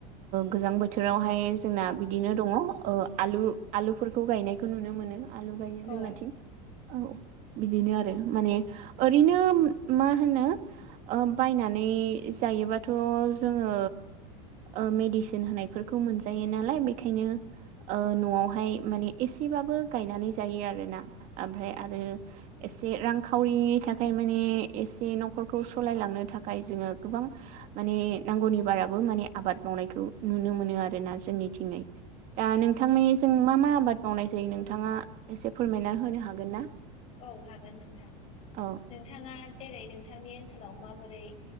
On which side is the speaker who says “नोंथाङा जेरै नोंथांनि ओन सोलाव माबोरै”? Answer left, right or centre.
Left